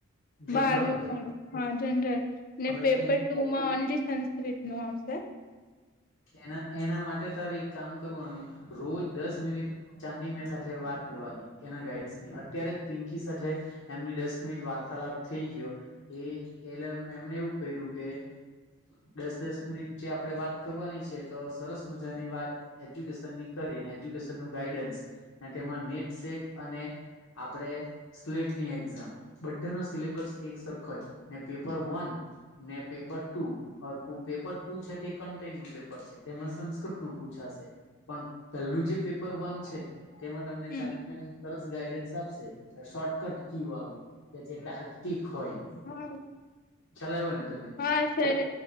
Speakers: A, on the left (about 85°); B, on the left (about 40°).
A: જનરલ
B: બારનુ પણ હા જનરલ ને
A: હવે
B: પેપર
A: એન
B: ટુમાં ઓનલી સંસ્કૃતનું આવશે.
A: એના એના માટે તારે એક કામ કરવાનું, રોજ દસ મિનિટ ચાંદની મેમ સાથે વાત કરવાની એના ગાઈડન્સની અત્યારે જ પિંકી સાથે એમની દસ મિનિટ વાર્ત તાલાપ થેઈ ગયો એ એલે એમને એવું કયરુ કે દસ દસ મિનિટ જે આપડે વાત કરવાની છે તો સરસ મજાની વાત એજ્યુકેશનની કરી અને એજ્યુકેશનનુ ગાઈડન્સ ને આમા નેટ સેટ અને આપણે સ્લેટની એક્ઝામ બઢાનો સિલેબસ એક સરખો જ ને પેપર વન ને પેપર ટુ, અવે પુ પેપર ટુ છે તે કન્ટ ટેનનું પેપર છે, તેમાં સંસ્કૃતનું પૂછાશે, પણ પેલ્લું જે પેપર વન છે તે તેમાં ટમને
B: હમ
A: ચાંદ મેમ સરસ ગાઈડન્સ આપશે, શોર્ટકટ કી વારુ કે જે ટાર્કિક હોય.
B: <unintelligible>
A: ખ્યાલ આઈવો ને? તને
B: હા સર
A: કે